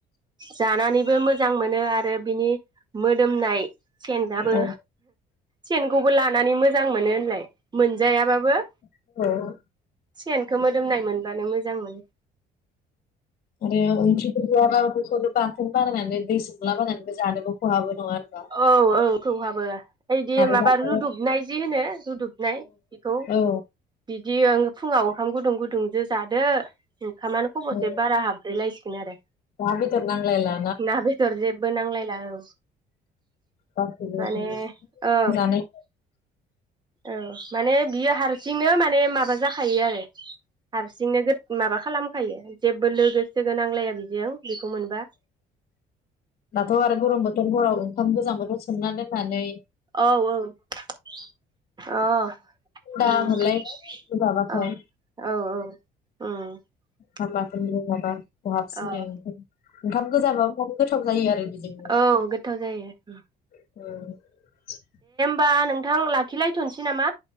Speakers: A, on the right; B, on the left.
A: जानानैबो मो मोजां मोनो आरो बिनि मोदोमनाय सेनबाबो
B: औ
A: सेनखौबो लानानै मोजां मोनो होनलाय मोनजायाबाबो
B: औ औ
A: सेनखौ मोदोमनाय मोनबानो मोजां मोनो।
B: रे ओंख्रिफोर गैया बाबो <unintelligible> बाथोन बारायनानै दै सोमलाबायनानैबो जानोबो खहाबो नङा होनबा
A: औ औ खौहाबो ओदि
B: आरो
A: माबा
B: दाथ'
A: रुदुबनाय
B: औ
A: जि होनो रुदुबनाय बेखौ
B: औ
A: बिदि फुङाव ओंखाम गुदुं गुदुंजो जादो ओंखामानो खबसे
B: औ
A: बारा हाबब्रैलायसिगोन आरो
B: ना बेदर नांलायला
A: ना बेदर जेबो नांलायला औ
B: गासैबो
A: माने
B: नंगौ
A: औ
B: जानाय <inaudible>
A: औ माने बियो हारसिंनो माने माबा जाखायो आरो हारसिंनो माबा खालामखायो जेबो लोगो सोगो नांलाया बिजों बेखौ मोनबा
B: दाथ' आरो गरम बोथोर हराव ओंखाम गोजांफोरखो सोमनानै दोन नानै
A: औ औ अ ओम
B: दा मोनलाय
A: उ
B: माबाथाय
A: औ औ
B: होमबाथाय मोजां जागोन खहाबफनो
A: अ
B: ओंखाम गोजाबाबो माने गोथाव गोथाव जायो आरो बेजोंनो
A: औ गोथाव जायो उम
B: ओं
A: बा नोंथां लाखिलायथ'नोसै नामा?